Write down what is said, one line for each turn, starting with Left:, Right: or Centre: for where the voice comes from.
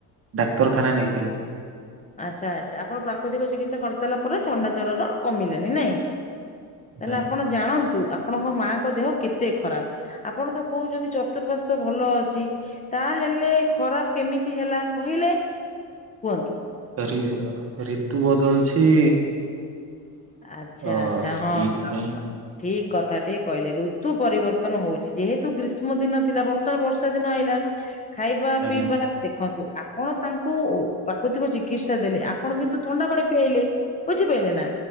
Right: ଡାକ୍ତରଖାନା ନେଇଥିଲୁ।
Left: ଆଚ୍ଛା ଆଚ୍ଛା, ଆପଣ ପ୍ରାକୃତିକ ଚିକିତ୍ସା କରିସାରିଲା ପରେ, ଥଣ୍ଡା ଜ୍ୱରର କମିଲାନି ନାଇଁ। ତାହେଲେ
Right: ନାଇଁ
Left: ଆପଣ ଜାଣନ୍ତୁ, ଆପଣଙ୍କ ମାଆଙ୍କ ଦେହ କେତେ ଖରାପ? ଆପଣ ତ କହୁଛନ୍ତି, ଚତୁରପାର୍ଶ୍ୱ ଭଲ ଅଛି। ତାହେଲେ, ଖରାପ କେମିତି ହେଲା, କହିଲେ କୁହନ୍ତୁ?
Right: ରି ଅ ଋତୁ ବଦଳୁଛି।
Left: ଆଛା
Right: ଅ
Left: ଆଛା,
Right: ସେଇଥିପାଇଁ
Left: ହଁ, ହଁ। ଠିକ୍ କଥାଟି କହିଲେ ଋତୁ ପରିବର୍ତ୍ତନ ହଉଛି ଯେହେତୁ ଗ୍ରୀଷ୍ମ ଦିନ ଥିଲା। ବର୍ତ୍ତ ର୍ତ୍ତମାନ ବର୍ଷା ଦିନ ଆଇଲା। ଖାଇବା
Right: ଆଜ୍ଞା
Left: ପିଇବା ଦେଖନ୍ତୁ, ଆପଣ ତାଙ୍କୁ ପ୍ରାକୃତିକ ଚିକିତ୍ସା ଦେଲେ। ଆପ୍ ଆପଣ କିନ୍ତୁ ଥଣ୍ଡା ପାଣି ପିଆଇଲେ, ବୁଝିପାଇଲେ ନା!